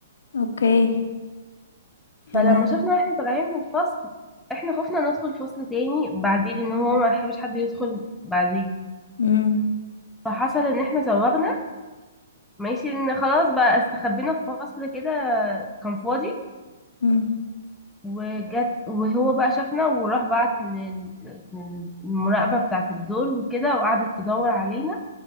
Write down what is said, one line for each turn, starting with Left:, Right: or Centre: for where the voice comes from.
Left: اوكي
Centre: فلما
Left: يا لهوي
Centre: شافنا واحنا طالعين من الفصل احنا خفنا ندخل فصل تاني بعديه لأن هو ما يحبش حد يدخل بعديه
Left: مم.
Centre: فحصل ان احنا زوغنا ماشي ان خلاص بقى استخبينا في فصل كده كان فاضي
Left: مم.
Centre: وجت وهو بقى شافنا وراح بعت لل- للمراقبة بتاعة الدور وكده وقعدت تدور علينا